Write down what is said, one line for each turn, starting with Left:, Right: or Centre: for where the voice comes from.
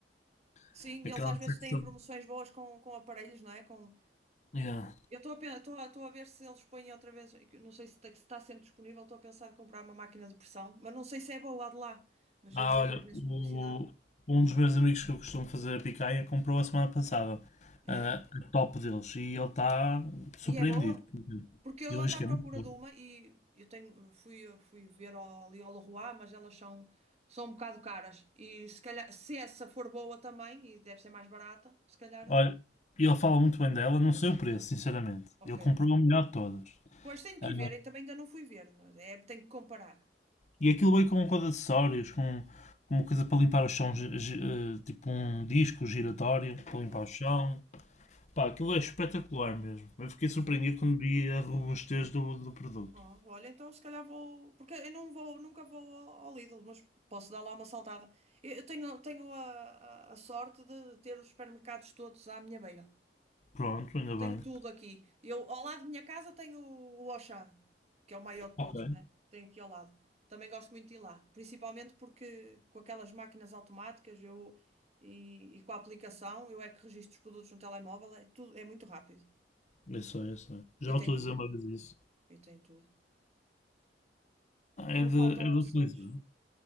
Left: <laughs>
Right: Sim,
Left: Aquela
Right: eles às vezes
Left: secção.
Right: têm promoções boas com, com aparelhos, não é? Com...
Left: Yeah.
Right: Eu estou a, pen- estou a, estou a ver se eles põem outra vez. eu Não sei se está, se está sempre disponível. Estou a pensar em comprar uma máquina de pressão, mas não sei se é boa lá de lá. Mas
Left: Ah,
Right: eu vejo
Left: olha,
Right: às vezes
Left: o-
Right: publicidade.
Left: um dos meus amigos que eu costumo fazer a picanha comprou a semana passada
Right: É?
Left: ah, a top deles e ele está surpreendido.
Right: E é boa? Porque eu
Left: Ele
Right: ando
Left: diz que
Right: à procura
Left: é muito bom.
Right: de uma e eu tenho, fui, fui ver ao- ali ao Leroy, mas elas são, são um bocado caras. E se calhar, se essa for boa também, e deve ser mais barata, se calhar.
Left: Olha, ele fala muito bem dela, não sei o preço, sinceramente.
Right: Ok.
Left: Ele comprou a melhor de todas.
Right: Pois tenho
Left: Ah,
Right: que ir ver, eu também ainda não fui ver. não É, É, tenho que comparar.
Left: e aquilo veio com, com acessórios, com, com uma coisa para limpar o chão, gi- gi- eh, tipo um disco giratório
Right: Ah,
Left: para
Right: boa.
Left: limpar o chão. Pá, aquilo é espetacular mesmo. Eu fiquei surpreendido
Right: Sim.
Left: quando vi a robustez do, do produto.
Right: Ah, olha, então se calhar vou. Porque eu não vou, nunca vou ao, ao Lidl, mas posso dar lá uma saltada. Eu eu tenho, tenho a, a- a sorte de ter os supermercados todos à minha beira.
Left: Pronto, ainda
Right: Tenho
Left: bem.
Right: tudo aqui. Eu, ao lado da minha casa tenho o Auchan, que é o maior de
Left: Ok.
Right: todos, né? Tem aqui ao lado. Também gosto muito de ir lá, principalmente porque com aquelas máquinas automáticas eu, e, e com a aplicação eu é que registro os produtos no telemóvel, é tudo, é muito rápido.
Left: Isso é, isso é.
Right: E
Left: Já
Right: tem
Left: utilizei
Right: tudo.
Left: uma vez isso.
Right: E tem tudo. Não
Left: É de,
Right: faltam
Left: é
Right: opções.
Left: de utilizar.